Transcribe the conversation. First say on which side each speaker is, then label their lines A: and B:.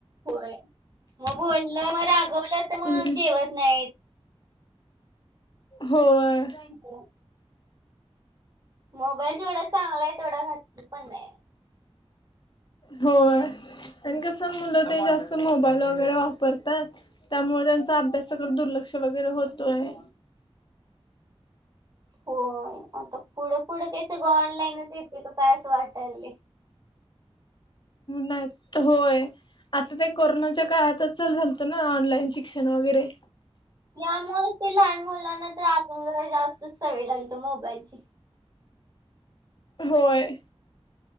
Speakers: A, on the right; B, on the left.
A: होय मग बोललं मग रागवलं तर
B: हम्म
A: मग जेवत नाही.
B: होय.
A: होक मोबाईल जेवढा चांगला आहे तेवढा घातक पण आहे.
B: होय आणि कसं मुलं ते जास्त मोबाईल वगैरे वापरतात त्यामुळे त्यांचा अभ्यासाकडे दुर्लक्ष वगैरे होतो आहे.
A: होय आता पुढे पुढं काय सगळं ऑनलाईनच येते का काय असं वाटायले.
B: नायेत होय. आता ते कोरोनाच्या काळात चालू झालतं ना ऑनलाईन शिक्षण वगैरे.
A: यामुळे ते लहान मुलांना त्यातून जरा जास्त सवय लागते मोबाईलची.
B: होय.